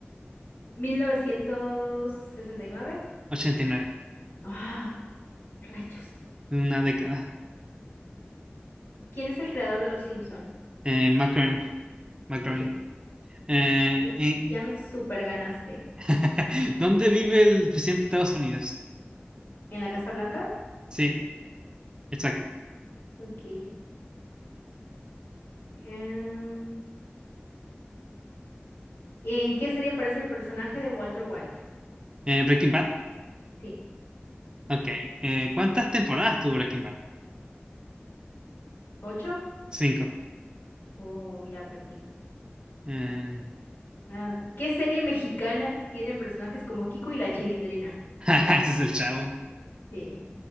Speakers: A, on the left; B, on the right.
A: 1969.
B: Ochenta y nueve
A: Ah, rayos.
B: Una década.
A: ¿Quién es el creador de Los Simpson?
B: Eh, Macron. Macron.
A: Sí.
B: Eh,
A: Ya, ya me super ganaste.
B: <laughs> ¿Dónde vive el presidente de Estados Unidos?
A: ¿En la Casa Blanca?
B: Sí, exacto.
A: Ok. Em, ¿en qué serie aparece el personaje de Walter White?
B: Eh, Breaking Bad.
A: Sí.
B: Ok. Eh, ¿cuántas temporadas tuvo Breaking Bad?
A: ¿Ocho?
B: Cinco.
A: Oh, ya perdí.
B: Eh,
A: Ah, ¿qué serie mexicana tiene personajes como Kiko y la Chilindrina?
B: <laughs> ese es el chavo.
A: Sí.